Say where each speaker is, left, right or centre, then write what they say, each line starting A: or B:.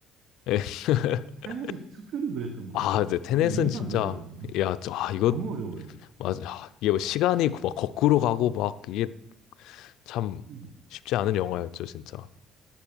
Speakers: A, on the left; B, on the right.
A: 예. <laughs>
B: 테넷이 특별히 그랬던 것
A: 아,
B: 같아.
A: 이제 테넷은
B: 아, 이해가
A: 진짜,
B: 안 가더라고요.
A: 야, 저, 아, 이거,
B: 너무 어려워요.
A: 맞아. 아, 이게 뭐 시간이 막 거꾸로 가고 막 이게 참
B: 음.
A: 쉽지 않은 영화였죠, 진짜.